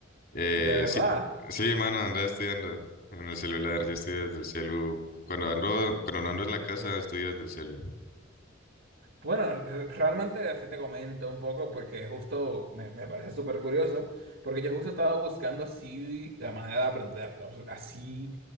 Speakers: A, on the left (about 45°); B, on the right (about 60°).
A: Eh,
B: ¿De verdad?
A: sí, sí, mano, andaba estudiando en el celular. Yo estudio desde el celu. Cuando ando, cuando no ando en la casa, estudio desde el celu.
B: Bueno, <laughs> re- realmente así te comento un poco porque justo me, me parece súper curioso, porque yo justo estaba buscando así la manera de aprenderlo. Así,